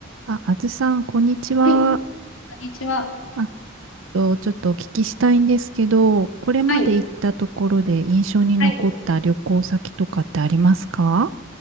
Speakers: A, on the right; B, on the left.
A: あ、あずさん、こんにちは。
B: はい、こんにちは。
A: あ、とちょっとお聞きしたいんですけど、これまで行ったところで印象に残った旅行先とかってありますか
B: はい、はい、